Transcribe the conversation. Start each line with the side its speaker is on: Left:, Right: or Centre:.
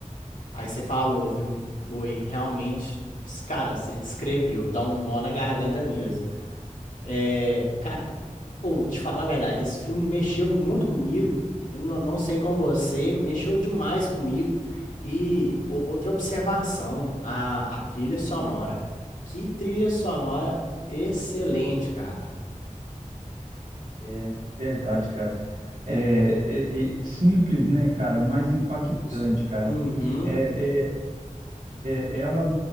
Left: Aí você falou, viu? Boi, realmente, ps- cara, você descreveu, dá um nó na garganta mesmo. É, cara, ou te falar a verdade, esse filme mexeu muito comigo. Eu não, não sei com você, mexeu demais comigo. E o- outra observação, a, a trilha sonora. Que trilha sonora excelente, cara.
Right: É, verdade, cara. É, é, é simples, né, cara? Mais impactante,
Left: Isso.
Right: cara.
Left: Uhum,
Right: É, é, é, ela